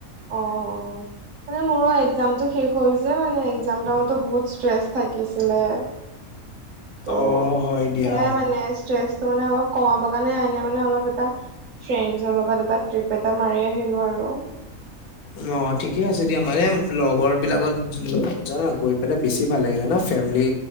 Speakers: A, on the right; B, on the left.
A: অ', অ', মানে মোৰো একজামটো শেষ হল যে মানে একজাম টাইমতো বহুত ষ্ট্ৰেছ থাকিছিলে।
B: <inaudible>
A: ত'
B: অ' হয় দিয়া
A: সেয়াই মানে ষ্ট্ৰেচটো মানে অলপ কমাব কাৰণে এনে মানে অলপ এটা ফ্ৰেণ্ডছৰ লগত এটা ট্ৰিপ এটা মাৰি আহিলোঁ আৰু।
B: ম ঠিকে আছে দিয়া মানে লগৰবিলাকত জানা গৈ পেলাই বেছি ভাল লাগে জানা ফেমিলি